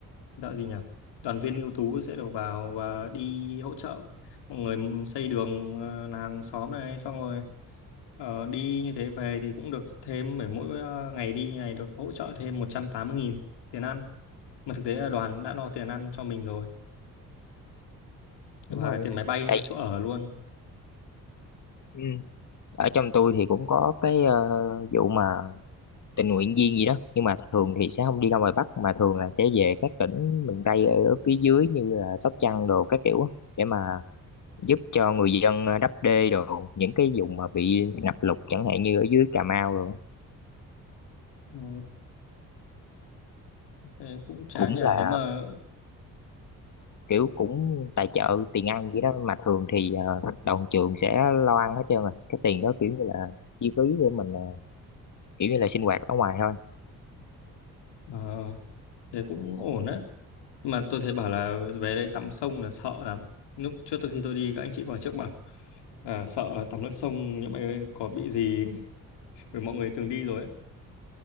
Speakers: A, on the left (about 75°); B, on the left (about 45°).
A: gọi gì nhỉ? Đoàn viên ưu tú sẽ được vào và đi hỗ trợ mọi người xây đường ờ, làng xóm này xong rồi ờ, đi như thế về thì cũng được thêm mỗi mỗi ờ, ngày đi này được hỗ trợ thêm một trăm tám mươi nghìn tiền ăn. Mà thực tế là đoàn đã lo tiền ăn cho mình rồi và
B: đúng rồi
A: cả tiền máy bay
B: tại
A: chỗ ở luôn.
B: ừ, ở trong tôi thì cũng có cái ờ, vụ mà tình nguyện viên gì đó nhưng mà thường thì sẽ không đi ra ngoài Bắc mà thường là sẽ về các tỉnh miền Tây ở, ở phía dưới như là Sóc Trăng đồ các kiểu á, để mà giúp cho người dân ờ, đắp đê đồ những cái vùng mà bị ngập lụt chẳng hạn như ở dưới Cà Mau rồi
A: Ừ. Thế cũng chán
B: cũng
A: nhỉ
B: là
A: nếu mà
B: kiểu cũng tài trợ tiền ăn gì đó mà thường thì ờ, đoàn trường sẽ lo ăn hết trơn rồi cái tiền đó kiểu như là chi phí để mình ờ, kiểu như là sinh hoạt ở ngoài thôi
A: ờ, thế cũng ổn đấy. mà tôi thấy bảo là về đây tắm sông là sợ lắm lúc trước tôi khi tôi đi các anh chị vào trước bảo à, sợ là tắm nước sông những mày có bị gì <laughs> bởi mọi người từng đi rồi ấy